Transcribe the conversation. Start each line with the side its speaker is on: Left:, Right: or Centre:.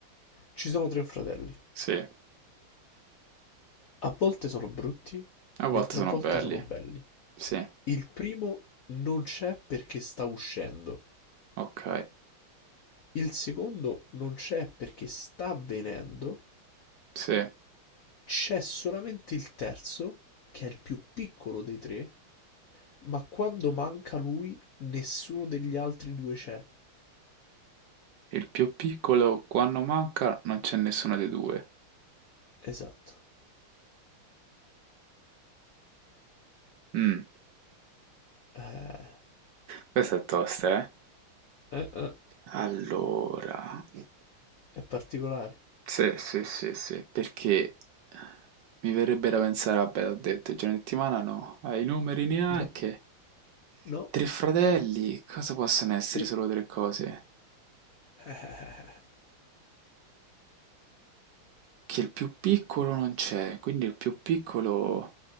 Left: ci sono tre fratelli.
Right: sì,
Left: A volte sono brutti,
Right: a volte
Left: mentre
Right: sono
Left: a volte
Right: belli,
Left: sono belli.
Right: sì,
Left: Il primo non c'è perché sta uscendo.
Right: ok,
Left: Il secondo non c'è perché sta avvenendo.
Right: sì,
Left: C'è solamente il terzo, che è il più piccolo dei tre, Ma quando manca lui, nessuno degli altri due c'è.
Right: il più piccolo quando manca non c'è nessuno dei due,
Left: Esatto.
Right: Mm.
Left: Eh,
Right: Questa è tosta, eh.
Left: eh, eh,
Right: Allora,
Left: è particolare.
Right: sì, sì, sì, sì, perché mi verrebbe da pensare, vabbè, ho detto, i giorni di settimana no, ai numeri neanche.
Left: No, no,
Right: Tre fratelli, cosa possono essere
Left: sì.
Right: solo tre cose?
Left: <laughs> Eh,
Right: Che il più piccolo non c'è, quindi il più piccolo...